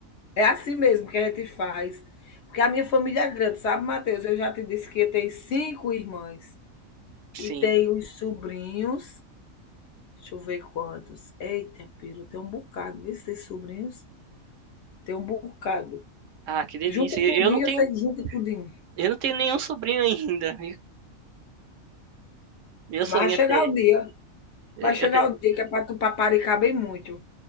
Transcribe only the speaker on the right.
Sim.
Ah, que delícia.
Eu eu não tenho
eu não tenho nenhum sobrinho <laughs> ainda. Meu
sonho
é ter.
é,
Eu tenho,